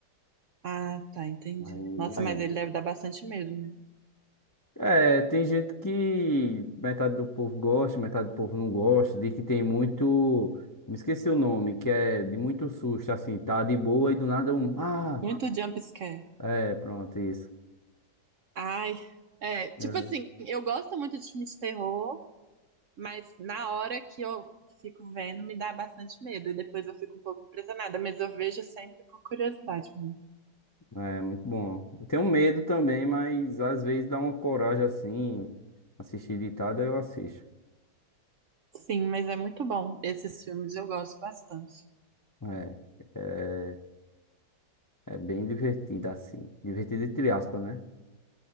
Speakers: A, on the right; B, on the left.
A: Ah, tá, entendi.
B: Aí,
A: Nossa,
B: vai
A: mas
B: indo.
A: ele deve dar bastante medo, né?
B: É, tem gente que metade do povo gosta, metade do povo não gosta, de que tem muito. Me esqueci o nome, que é de muito susto, assim, tá de boa e do nada um. Ah!
A: Muito jump scare.
B: É, pronto, isso.
A: Ai, é, tipo
B: É.
A: assim, eu gosto muito de filme de terror, mas na hora que eu fico vendo me dá bastante medo e depois eu fico um pouco impressionada, mas eu vejo sempre por curiosidade. mesmo.
B: É muito bom. Eu tenho medo também, mas às vezes dá uma coragem assim. Assistir ditado eu assisto.
A: Sim, mas é muito bom. Esses filmes eu gosto bastante.
B: É, é, é bem divertido assim. Divertido entre aspas, né?